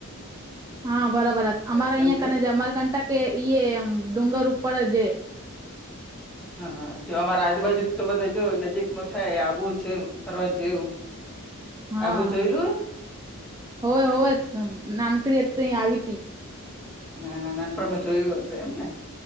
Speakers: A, on the right; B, in the centre.
A: હા બરાબર અમારે
B: સમજે
A: અહિયાં કને અમારકંટ કે ઈ ડુંગર ઉપર જે
B: હા હા જો અમારા આજુબાજુ તો બધ જો નજીકમાં થાય આવું છે, ફરવા જેવું.
A: હા
B: આબુ જોયેલું
A: હોવે હોય નાનકડી હતી હતી અહી આવી તી
B: ના નાનપણમાં જોયું હશે એમને